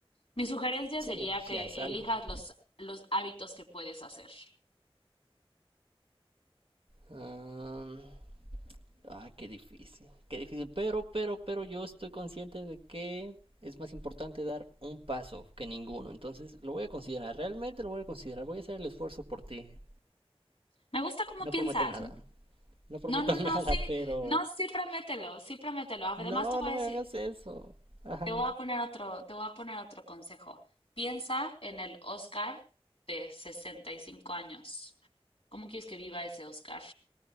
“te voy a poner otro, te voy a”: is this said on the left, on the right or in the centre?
Left